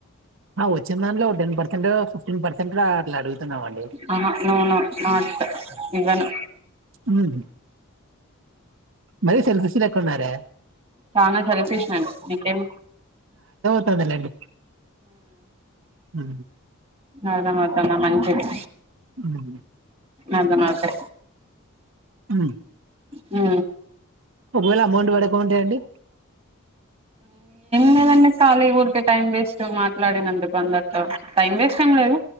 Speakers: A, on the right; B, on the right.
A: ఆ వచ్చిన దాంట్లో టెన్ పర్సెంట్ ఫిఫ్టీన్ పర్సెంట్ అట్లా అడుగుతున్నామండి
B: ఆహా నో నో నాట్ ఇవ్వను
A: హుమ్ మరి సెల్ఫిష్ లేక్కున్నారే
B: చనా సెల్ఫిష్ నిను నీకేం
A: టది లెండి హు
B: అర్ధమౌతందా మంచిది
A: హు
B: అర్ధమౌతే
A: హు
B: హు
A: ఒకవేళ అమౌంట్ పడకుంటే అండి
B: ఏదన్నా కాలి ఊరికే టైం వేస్ట్ మాట్లాడినందు అందరితో టైం వేస్ట్ ఏం లేదు